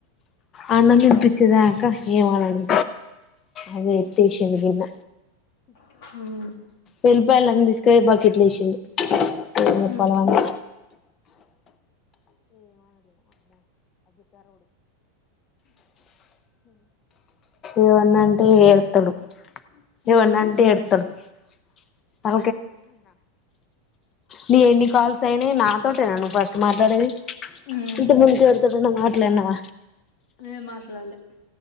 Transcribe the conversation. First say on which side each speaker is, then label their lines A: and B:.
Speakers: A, on the left (about 20°); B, on the left (about 45°).
A: అన్నమ్ తినిపించేదాక ఏమనను అదే ఎతేసింది విన్న
B: ఉహు
A: వెళ్ళిపోయళన్ని తీసుకెళ్లి బకెట్లు వేసిండు చెప్పాలి
B: ఉహు
A: వాడి ఏవన్నా అంటే ఏడుత్తడు ఏవన్నా
B: ఉమ్
A: అంటే ఏడుత్తడు <unintelligible> నీ ఎన్ని కాల్స్ అయినాయి నాతోటేనా నువ్వు ఫస్ట్ మాట్లాడేది
B: ఉమ్
A: ఇంత ముందు ఎవరి తోటి అయినా మా మాట్లాన్నవ
B: లే మాట్లాల్లె